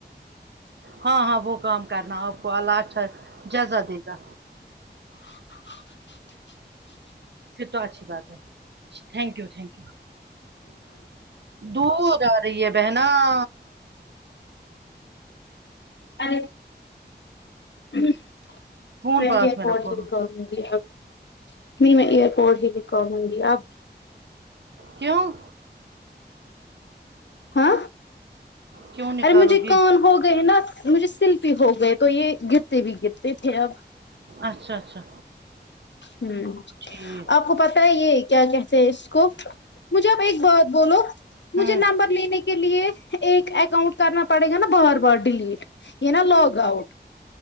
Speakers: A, on the right; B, on the left.
A: ہاں ہاں وہ کام کرنا آپ کو اللہ اچھا جزا دے گا
B: <inaudible>
A: پھر تو اچھی بات ہے تھینک یو تھینک یو دور آ رہی ہے بہنااا
B: اآئیے <unintelligible>
A: فون
B: مکے
A: پاس میں
B: کوڑ
A: رکھو
B: کو اب نہیں میں ایئر پورٹ بھی نکالوں گی اب
A: کیوں
B: ہاں
A: کیوں نکالو
B: ارے مجھے
A: گی
B: کال ہو گئے نا مجھے شلپی ہو گئے تو یہ گرتے بھی گرتے تھے اب
A: اچھا اچھا
B: ہمم
A: ٹھیک
B: آپ کو پتا ہے یہ کیا کہتے ہیں اس کو مجھے آپ ایک بات بولو
A: ہوں
B: مجھے نمبر لینے کے لیے ایک اکاؤنٹ کرنا پڑے گا نا بار بار ڈیلیٹ یہ نا لوگ اؤٹ